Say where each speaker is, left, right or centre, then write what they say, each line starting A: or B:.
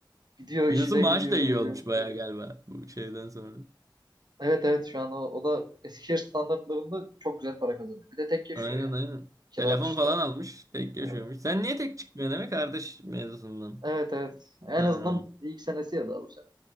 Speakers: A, on the right (about 60°); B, on the right (about 45°).
A: Gidiyor, işi
B: Yunus'un
A: de
B: maaşı
A: gidiyor,
B: da
A: geliyor.
B: iyi olmuş bayağı galiba bu şeyden sonra.
A: Evet evet şu an o, o da Eskişehir standartlarında çok güzel para kazanıyor. Bir de tek yaşıyor
B: Aynen
A: yani.
B: aynen.
A: Kira
B: Telefon
A: dışında.
B: falan almış. Tek yaşıyormuş.
A: Yani
B: Sen niye tek çıkmıyorsun demek kardeş mevzusundan.
A: evet evet. En
B: Aynen.
A: azından ilk senesi ya daha bu sene.